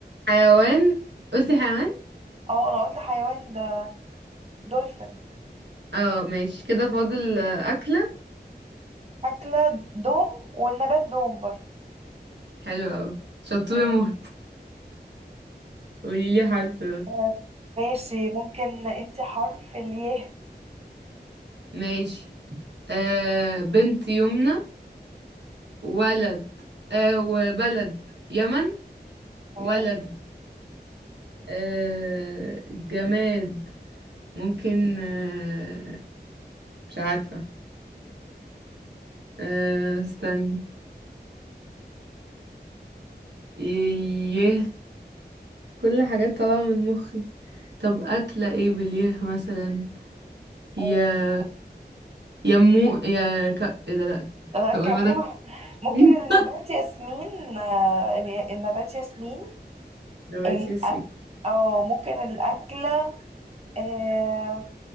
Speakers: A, on the right; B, on the right.
A: حيوان قلتي حيوان
B: اه انا قلت حيوان ده دولفين
A: اه ماشي كده فاضل آه، أكلة
B: أكلة دوم والنبات دوم برضه
A: حلو أوي شطورة
B: آه،
A: موت قولي لي حرف يلا.
B: آه، ماشي ممكن انت حرف الياء
A: ماشي آه بنت يمنى ولد آه وبلد يمن
B: تمام
A: ولد آه جماد ممكن آه مش عارفة آه استني يه كل حاجات طالعة من مخي طب أكلة ايه باليه مثلا يا
B: آه،
A: يمو يا ك... ايه ده لأ
B: انا
A: هقول
B: كم
A: مدى
B: <laughs> ممكن
A: <laughs>
B: النبات ياسمين آه، ال- النبات ياسمين
A: نباتي
B: الأ-
A: اسمي
B: اه ممكن الأكلة آه،